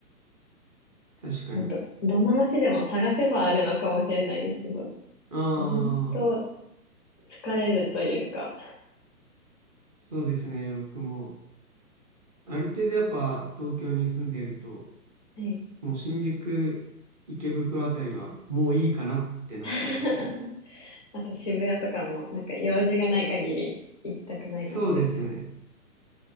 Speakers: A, on the right; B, on the left.
A: 確かに。
B: なんと、どんな街でも探せばあるのかもしれないですけど、
A: ああ。
B: でも本当疲れるというか、
A: そうですね、僕も。ある程度やっぱ東京に住んでると、
B: はい。
A: もう新宿、池袋あたりはもういいかなってなっちゃいますよね。
B: <laughs> あと渋谷とかも、なんか用事がない限り行きたくないなって思います。
A: そうですね。